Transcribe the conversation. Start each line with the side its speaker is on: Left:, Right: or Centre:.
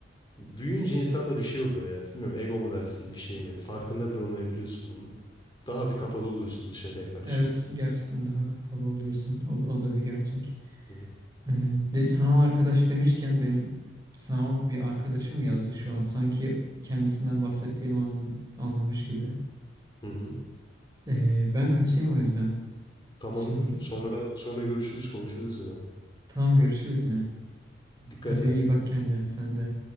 Left: büyüyünce insanda bir şey oluyor ya. Bilmiyorum ego mu dersin bir şey mi? Farkında bile olmayabiliyorsun bunun. Daha bir kapalı oluyorsun dışarıya karşı.
Right: Evet gerçekten daha kapalı oluyorsun. O, o da bir gerçek.
Left: Hı hı.
Right: Ee, de, sanal arkadaş demişken benim sanal bir arkadaşım yazdı şu an. Sanki kendisinden bahsettiğimi anla- anlamış gibi.
Left: Hı hı.
Right: Ee, ben kaçayım o yüzden
Left: Tamamdır.
Right: şimdi.
Left: Sonra sonra görüşürüz, konuşuruz yine.
Right: Tamam görüşürüz yine.
Left: Dikkat
Right: Hadi
Left: et kendine.
Right: iyi bak kendine sen de.